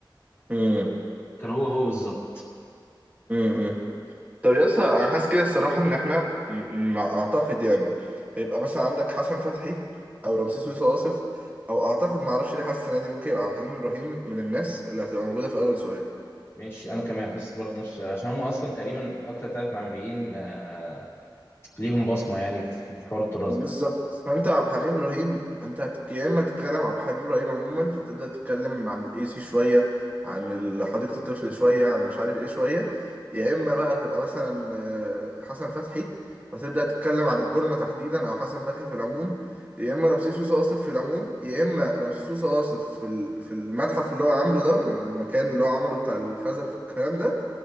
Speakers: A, on the right (about 20°); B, on the left (about 30°).
A: مم.
B: كان هو هو بالظبط
A: مم. طب يا اسطى انا حاسس كده الصراحة ان احنا م- م- اعتقد يعني هيبقى مثلا عندك حسن فتحي او رمسيس ويصا واصف او اعتقد ما اعرفش ليه حاسس السنة دي ممكن يبقى حليم ابراهيم من الناس اللي هتبقى موجودة في اول سؤال
B: ماشي انا كمان حاسس برضه نفس عشان هم اصلا تقريبا اكتر ثلاث معماريين آه، ليهم بصمه يعني في في حوار الطراز
A: بالظبط
B: ده
A: فانت عبد الحليم ابراهيم انت هت... يا اما تتكلم عبد الحليم ابراهيم عموما فتبدا تتكلم عن الاي سي شويه عن ال- حديقه الطفل شويه عن مش عارف ايه شويه يا اما بقى تبقى مثلا آه، حسن فتحي فتبدا تتكلم عن الجرنه تحديدا او حسن فتحي في العموم يا اما رمسيس سوسه واصف في العموم يا اما رمسيس سوسه واصف في ال... في المتحف اللي هو عامله ده المكان اللي هو عمله بتاع الخزف والكلام ده